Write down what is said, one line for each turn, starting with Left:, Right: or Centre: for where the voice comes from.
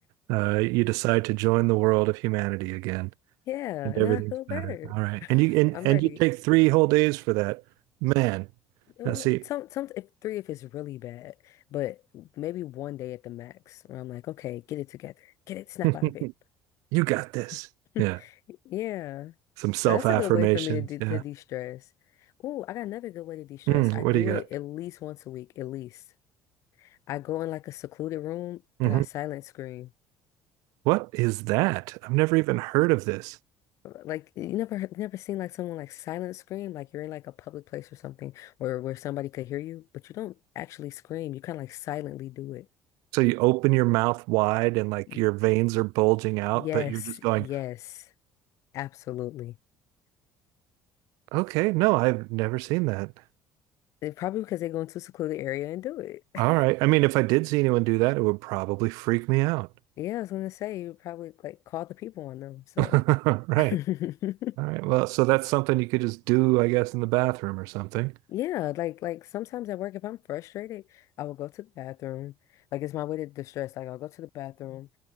Right: uh, you decide to join the world of humanity again,
Left: Yeah,
Right: and
Left: and
Right: everything's
Left: then I feel better.
Right: better. All right.
Left: <laughs>
Right: And you and,
Left: I'm
Right: and
Left: ready.
Right: you take three whole days for that. Man,
Left: Well,
Right: now see,
Left: n- Some, some, if three if it's really bad, but maybe one day at the max where I'm like, okay, get it together, get it, snap
Right: <laughs>
Left: out of it.
Right: you got this.
Left: <laughs>
Right: Yeah.
Left: Yeah,
Right: Some self-affirmations.
Left: so that's a good way for me to de to
Right: Yeah.
Left: de-stress. Oh, I got another good way to de-stress.
Right: Mm,
Left: I
Right: what
Left: do
Right: do you got?
Left: it at least once a week, at least. I go in like a secluded room
Right: hmm
Left: and I silent scream.
Right: What is that? I've never even heard of this.
Left: Like you never never seen like someone like silent scream like you're in like a public place or something where where somebody could hear you but you don't actually scream you kind of like silently do it
Right: So you open your mouth wide and like
Left: Y-
Right: your veins are bulging out,
Left: yes
Right: but you're just going,
Left: yes absolutely
Right: okay, no, I've never seen that.
Left: And probably because they go into a secluded area and do it <laughs>
Right: All right. I mean, if I did see anyone do that, it would probably freak me out.
Left: yeah I was gonna say you probably like call the people on them so
Right: <laughs>
Left: <laughs>
Right: Right. All right. Well, so that's something you could just do, I guess, in the bathroom or something.
Left: yeah like like sometimes at work if I'm frustrated I will go to the bathroom like it's my way to distress like I'll go to the bathroom